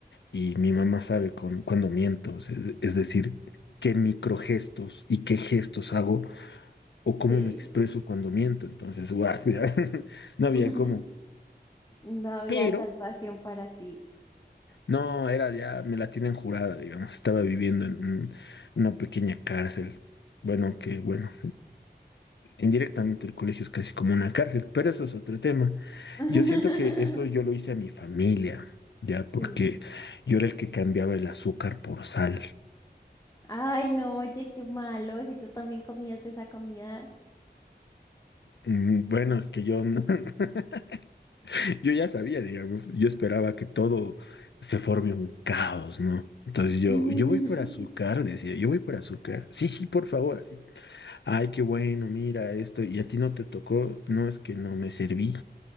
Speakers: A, on the left; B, on the left.
A: y mi mamá sabe con, cuando miento, o sea, es decir, qué microgestos y qué gestos hago o cómo
B: Sí.
A: me expreso cuando miento, entonces, guau, <laughs> ya, no había
B: <laughs>
A: cómo.
B: No había
A: pero
B: salvación para ti.
A: no, era ya, me la tienen jurada, digamos, estaba viviendo en un- una pequeña cárcel. Bueno, que bueno, indirectamente el colegio es casi como una cárcel, pero eso es otro tema.
B: <laughs>
A: Yo siento que eso yo lo hice a mi familia, ya, porque
B: Sí.
A: yo era el que cambiaba el azúcar por sal.
B: Ay, no, oye, qué malo, si tú también comías de esa comida.
A: Mm, Bueno, es que yo, no- <laughs> yo ya sabía, digamos, yo esperaba que todo se forme un caos, ¿no? Entonces yo,
B: <laughs>
A: yo voy por azúcar, decía, yo voy por azúcar. Sí, sí, por favor, así Ay, qué bueno, mira esto. Y a ti no te tocó, no es que no me serví.